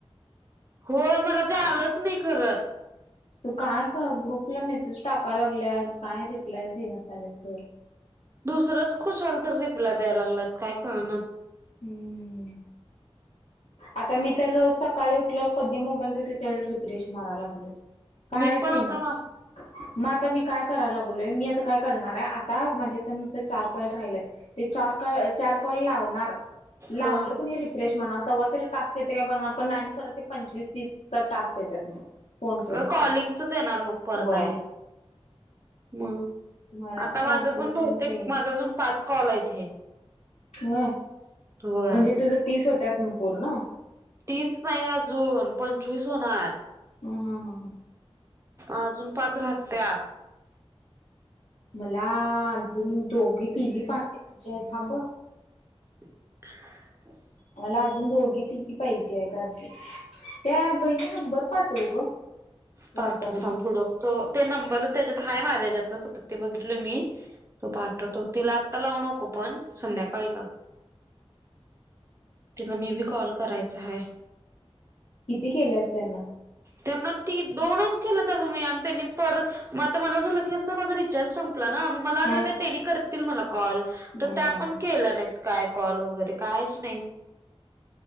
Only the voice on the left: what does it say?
तू काय ग्रुपला मेसेज टाकाय लागल्या काय रिप्लाय देण्यात झालेत सर.
हम्म. आता मी तर रोज सकाळी उठल्यावर कधी मोबाईल घेतो त्यावे रिप्रेश मारयला लागलोय. कायच
येई
ना
मग आता मी काय. करायला लागलोय मी आता काय करणार आहे आता माझे चार कॉल राहिलेत. ते चार कॉल. कॉल लावणार लावलो
कणी रिफ्रेश म्हणा. तेवा तरी टास्क येतय काय बघणार पण आणि परत पंचवीस तीस चा टास्क. येतात मग फोन फ्रेंडचा
होय
मराठी
ट्रान्स्क्रिप्शनच
येईना
ह
म्हणजे तुझ तीस होत्यात पूर्ण.
हा हा हा.
मला अजून दोघी तिघी पाहिजे आहेत. थांब अ.
मला अजून दोघी तिघी पाहिजे आहेत. त्या बाईचा नंबर पाठव ग.
व्हॉट्सअपला
धी केलीयास त्यांना
हा
हम्